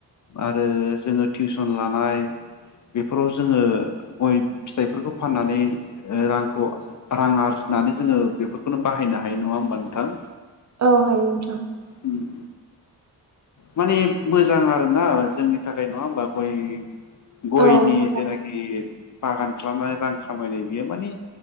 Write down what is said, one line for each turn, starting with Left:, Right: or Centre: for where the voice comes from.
Left: आरो जोङो टिउसन लानाय बेफोराव जोङो गय फिथाइफोरखौ फाननानै ओ रांखौ रां आरजिनानै जोङो बेफोरखौनो बाहायनो हायो नङा होमबा नोंथां
Right: औहायो नोंथां
Left: ओम माने मोजां आरोना जोंनि थाखाय नङा होमबा गय गयनि
Right: औ मोजां
Left: जेनेखि बागान खालामनानै रां खामायनाय बियो माने